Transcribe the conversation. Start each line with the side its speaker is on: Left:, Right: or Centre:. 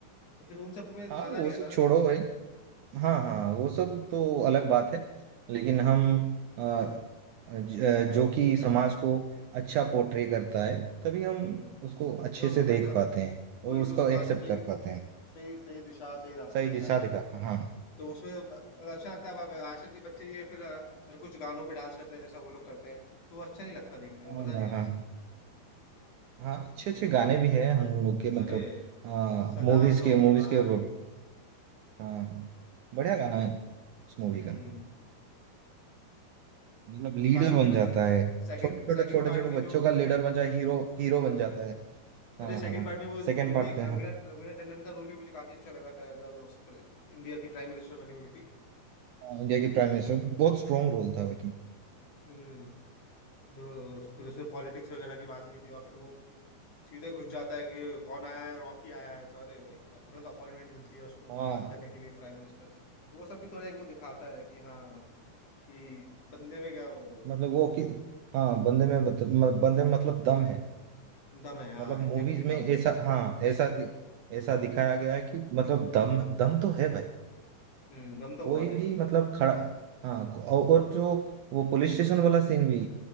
Left: तो फिर उन सब में
Right: हाँ,
Left: मजा
Right: वो
Left: नहीं
Right: सब
Left: आता ना
Right: छोड़ो
Left: देखने में
Right: भाई
Left: यार।
Right: हाँ हाँ वो सब तो अलग बात है
Left: हम्म
Right: लेकिन हम अ, ज- जो कि समाज को अच्छा पोर्ट्रे करता है तभी हम
Left: हम्म
Right: उसको अच्छे
Left: तो
Right: से
Left: हमारे
Right: देख
Left: सा-
Right: पाते हैं और
Left: वही
Right: उसको
Left: जो समाज
Right: एक्सेप्ट
Left: को सही
Right: कर पाते हैं
Left: सही सही दिशा सही रास्ता
Right: सही
Left: दिखाए
Right: दिशा दिखा हाँ
Left: तो उसमें अच्छा लगता है अब- अब आजकल के बच्चे ये फिर अ, हर कुछ गानों पे डांस करते हैं जैसा वो लोग करते हैं तो वो अच्छा नहीं लगता देखने
Right: हाँ
Left: में मजा नहीं
Right: हाँ
Left: आता
Right: हाँ अच्छे
Left: नहीं।
Right: अच्छे गाने भी हैं हम लोग के मतलब
Left: अरे सलाम
Right: मूवीज
Left: रॉकी
Right: के मूवीज
Left: भाई
Right: के वो, हाँ बढ़िया गाना है उस मूवी
Left: हम्म
Right: का मतलब लीडर
Left: तो बाकी
Right: बन
Left: फिर
Right: जाता है
Left: सेकंड
Right: छोटे छोटे
Left: सेकंड
Right: छोटे
Left: पार्ट
Right: छोटे
Left: में जो
Right: बच्चों का लीडर
Left: एक
Right: बन जाए हीरो हीरो बन
Left: हम्म,
Right: जाता है
Left: अरे
Right: हाँ
Left: सेकंड
Right: हाँ
Left: पार्ट में वो
Right: सेकेंड
Left: वो भी
Right: पार्ट
Left: एक
Right: पे।
Left: रवीना
Right: हाँ।
Left: रवीना टंडन का रोल भी मुझे काफी अच्छा लगा था एज जो प्र- इंडिया की प्राइम मिनिस्टर बनी हुई थी
Right: हाँ, इंडिया की प्राइम मिनिस्टर बहुत स्ट्रांग रोल था बाकी
Left: हम्म जो फिर उसमें पॉलिटिक्स वगैरह की बात हुई थी और फिर वो सीधे घुस जाता है कि कौन आया है रॉकी आया है तो अरे भाई तुरंत अपॉइंटमेंट मिलती है उसको
Right: हाँ
Left: बात करने के लिए प्राइम मिनिस्टर से तो वो सब भी थोड़ा एक वो दिखाता है कि हाँ कि बंदे में क्या वो
Right: मतलब वो कि हाँ बंदे में बत- म- बंदे में मतलब दम है
Left: दम है हाँ
Right: मतलब
Left: एग्जैक्टली
Right: मूवीज में
Left: दम
Right: ऐसा
Left: है
Right: हाँ ऐसा दि- ऐसा दिखाया गया है कि मतलब दम दम तो है भाई
Left: हम्म, दम तो
Right: कोई
Left: बहुत है
Right: भी
Left: भाई
Right: मतलब खड़ा हाँ और और जो वो पुलिस स्टेशन वाला सीन भी